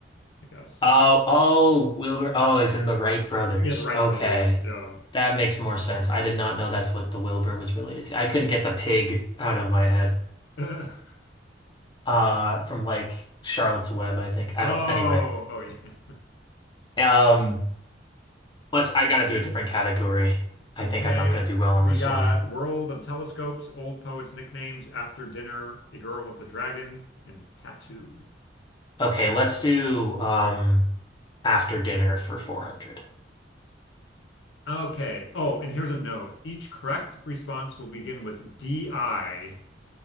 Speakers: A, on the left; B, on the left.
A: I guess.
B: Oh, oh, Wilbur. Oh, as in the Wright brothers.
A: Yeah, the Wright
B: Okay.
A: brothers. Yeah.
B: That makes more sense. I did not know that's what the Wilbur was related to. I couldn't get the pig out of my head.
A: <laughs>
B: Uh,
A: Right.
B: from like Charlotte's Web, I think. I
A: Oh,
B: don't, anyway.
A: oh yeah.
B: Um, let's, I gotta do a different category. I
A: Okay.
B: think I'm not gonna do well on
A: We
B: this
A: got
B: one.
A: World of Telescopes, Old Poets Nicknames, After Dinner, The Girl with the Dragon, and Tattoo.
B: Okay, let's do, um, after dinner for 400.
A: Okay. Oh, and here's a note. Each correct response will begin with DI